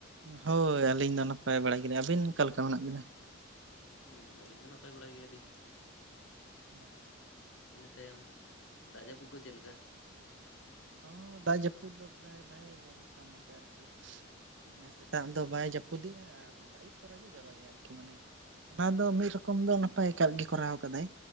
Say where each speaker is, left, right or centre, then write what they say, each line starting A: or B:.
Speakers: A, on the right; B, on the left.
A: ᱦᱳᱭ ᱟᱹᱞᱤᱧ ᱫᱚ ᱱᱟᱯᱟᱭ ᱵᱟᱲᱟᱭ ᱜᱮ ᱟᱹᱵᱤᱱ ᱚᱠᱟᱞᱮᱠᱟ ᱢᱮᱱᱟᱜ ᱵᱤᱱᱟ
B: ᱦᱩᱸ ᱟᱞᱤᱧ ᱦᱚᱸ ᱱᱟᱯᱟᱭ ᱵᱟᱲᱟ ᱜᱮᱭᱟᱞᱤᱧ
A: <inaudible>
B: ᱤᱱᱟᱹᱛᱟᱭᱚᱢ ᱫᱟᱜ ᱡᱟᱯᱩᱜ ᱠᱚ ᱪᱮ ᱞᱮᱠᱟ
A: ᱦᱚᱸ ᱫᱟᱜ ᱡᱟᱹᱯᱩᱜ ᱫᱚ ᱯᱨᱟᱭ ᱵᱷᱟᱜᱤ ᱜᱮ ᱢᱚᱴᱟᱢᱩᱴᱤ ᱾ ᱟᱨᱠᱤ ᱢᱟᱱᱮ ᱥᱮᱛᱟᱜ ᱫᱚ ᱵᱟᱭ ᱡᱟᱹᱯᱩᱫᱮᱜᱼᱟ ᱟᱨ ᱟᱹᱭᱩᱵ ᱛᱚᱨᱟᱜᱮ ᱡᱚᱨᱚᱭᱮᱜᱼᱟ ᱟᱨᱠᱤ ᱢᱟᱱᱮ ᱚᱱᱟ ᱫᱚ ᱢᱤᱫ ᱨᱚᱠᱚᱢ ᱫᱚ ᱱᱟᱯᱟᱭ ᱟᱠᱟᱫ ᱜᱮ ᱠᱚᱨᱟᱣ ᱠᱟᱫᱟᱭ